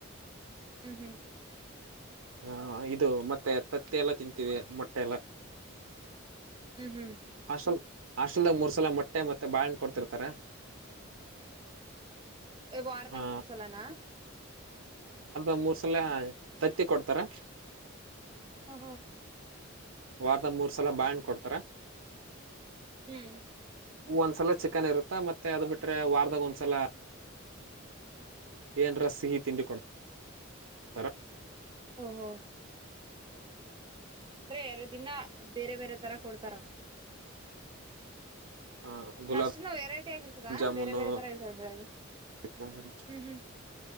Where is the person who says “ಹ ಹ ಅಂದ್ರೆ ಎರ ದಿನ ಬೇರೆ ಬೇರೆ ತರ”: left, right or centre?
Right